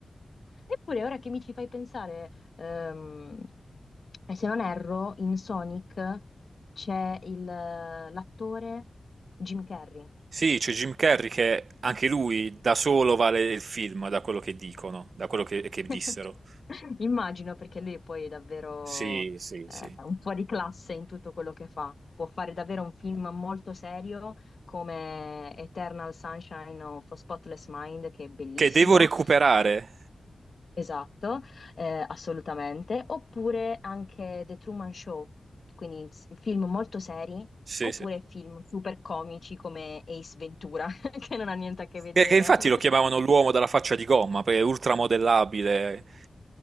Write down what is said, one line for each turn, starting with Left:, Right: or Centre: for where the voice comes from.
Left: Eppure, ora che mi ci fai pensare, ehm, e se non erro, in Sonic c'è il, eh, l'attore Jim Carrey.
Right: Sì, c'è Jim Carrey che anche lui da solo vale il film, da quello che dicono, da quello che, che dissero.
Left: <laughs> Immagino perché lui poi è davvero
Right: Sì, sì,
Left: eh,
Right: sì.
Left: un fuori classe in tutto quello che fa. Può fare davvero un film molto serio come Eternal Sunshine of a Spotless Mind, che è bellissimo.
Right: Che devo recuperare.
Left: Esatto, eh, assolutamente. Oppure anche The Truman Show, quindi s- film molto seri,
Right: Sì,
Left: oppure
Right: sì.
Left: film super comici come Ace Ventura, <laughs> che non ha niente a che vedere.
Right: Che che infatti lo chiamavano
Left: <laughs>
Right: l'uomo dalla faccia di gomma, perché è ultramodellabile,